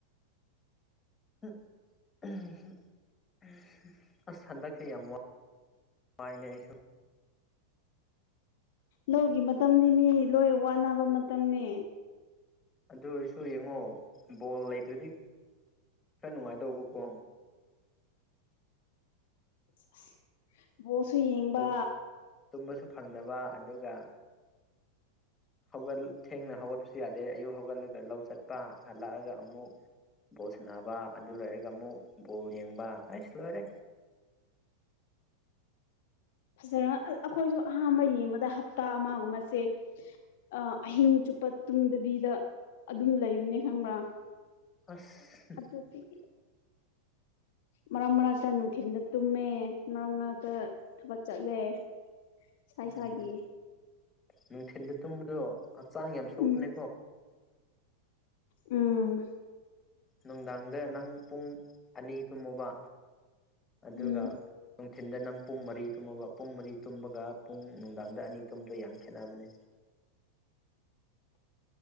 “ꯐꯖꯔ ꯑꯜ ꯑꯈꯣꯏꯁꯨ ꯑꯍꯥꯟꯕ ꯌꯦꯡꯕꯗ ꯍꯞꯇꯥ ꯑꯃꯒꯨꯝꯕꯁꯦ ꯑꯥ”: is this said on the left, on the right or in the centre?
Left